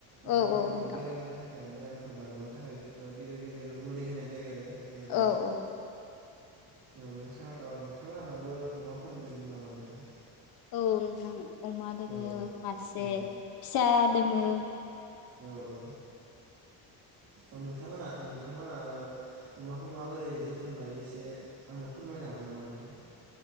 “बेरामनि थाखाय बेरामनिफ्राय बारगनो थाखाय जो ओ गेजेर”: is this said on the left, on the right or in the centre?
Right